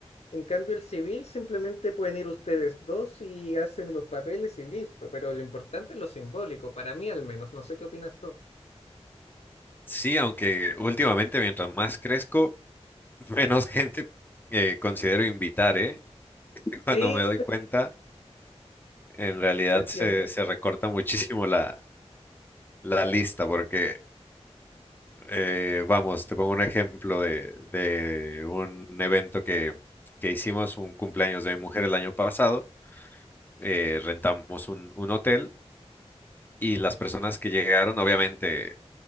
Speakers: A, on the left (about 70°); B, on the left (about 15°).
A: En cambio, el civil simplemente pueden ir ustedes dos y hacen los papeles y listo. Pero lo importante es lo simbólico, para mí al menos. No sé qué opinas tú.
B: Sí, aunque últimamente mientras más crezco, <laughs> menos gente eh, considero invitar, ¿eh? <laughs>
A: Sí,
B: Cuando me doy cuenta, en realidad
A: sí Te entiendo.
B: se, se recorta muchísimo la, la lista, porque Eh, vamos, te pongo un ejemplo de, de un evento que, que hicimos, un cumpleaños de mi mujer el año pasado. eh, rentamos un, un hotel y las personas que llegaron, obviamente,